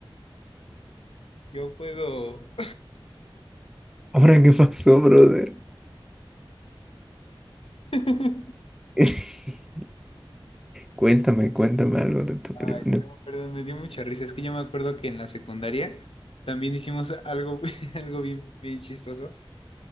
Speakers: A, on the left (about 80°); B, in the centre.
A: yo puedo.
B: Ahora, ¿qué pasó, brother?
A: <laughs>
B: <laughs> Cuéntame, cuéntame algo de tu
A: Ay,
B: primo.
A: no, perdón, me dio mucha risa. Es que yo me acuerdo que en la secundaria también hicimos algo, <laughs> algo bien, bien chistoso,